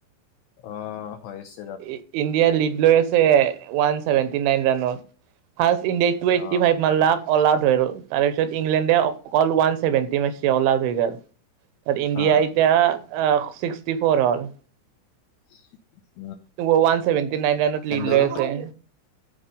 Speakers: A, on the left; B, on the right.
A: অঁ হৈছ-
B: ই ইণ্ডিয়া লীড লৈ আছে ওৱানচেভেনভটি নাইন ৰানৰ, ফাৰ্ষ্ট ইণ্ডিয়াই টু এইটি
A: অ
B: ফাইভ মাৰ লাক অল‌আউট হৈ গল। তাৰপিছত ইংলেণ্ডে অল ওৱান ছেভেণ্টি মাৰছি অল আউট হৈ গ'ল, তাত ইণ্ডিয়া
A: অ
B: এতিয়া- অ ছিক্সটি ফ'ৰ হল-
A: <inaudible>
B: ওৱান চেভেণ্টি নাইন ৰাইনত লিদ
A: এন্দৰো
B: লৈ আছে।